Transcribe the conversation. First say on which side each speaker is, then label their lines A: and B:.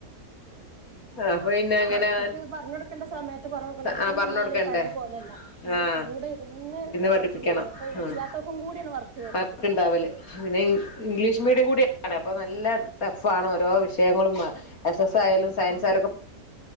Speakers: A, on the left; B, on the right.
A: അപ്പൊ പിന്നെ അങ്ങനെ
B: മക്കക്ക് പറഞ്ഞ് കൊടുക്കണ്ട സമയ ത്ത് പറഞ്ഞൊട്ക്കണം. ഇപ്പം
A: ആ
B: ന്ന്
A: പറഞ്ഞ്
B: പർഞ്ഞാല്
A: കൊടുക്കണ്ടേ
B: പഴയ പോലല്ല. നമ്മള്
A: ആഹ്
B: കൂടെ ഇരുന്ന്
A: പഠിപ്പിക്കണം
B: വർക്ക് ചെയ്യണം. ഇപ്പം
A: ഉം
B: രക്ഷിതാക്കൾക്കും കൂടിയാണ് വർക്ക് വര്നത്.
A: വർക്ക്ണ്ടാവല് പിന്നെ ഇ ഇംഗ്ലീഷ് മീഡിയം കൂടിയാണ്, അപ്പം നല്ല ടഫ് ആണ് ഓരോ വിഷയങ്ങളുംമ. എസ് എസ് ആയാലും സയൻസ്
B: ആഹ്
A: ആയാലും ഒക്കെ